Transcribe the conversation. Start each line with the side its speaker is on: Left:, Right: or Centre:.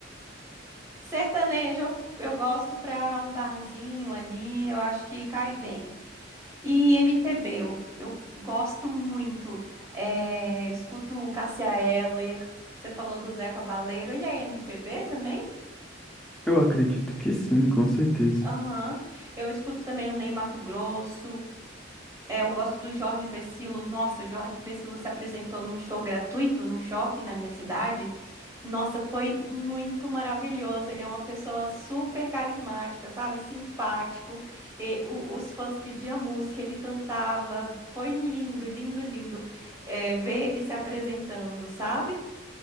Right: Sertanejo eu, eu gosto pra um barzinho ali, eu acho que cai bem. E MPB, eu, eu gosto muito. É, escuto Cássia Eller. Você falou do Zeca Baleiro. Ele é MPB também?
Centre: Eu acredito que sim, com certeza.
Right: Aham. Eu escuto também o Ney Matogrosso. É, eu gosto do Jorge Vercillo. Nossa, Jorge Vercillo se apresentou num show gratuito, num shopping na minha cidade. Nossa, foi muito maravilhoso. Ele é uma pessoa super carismática, sabe? Simpático. E o- os fãs pediam música, ele cantava. Foi lindo, lindo, lindo, é, ver ele se apresentando, sabe?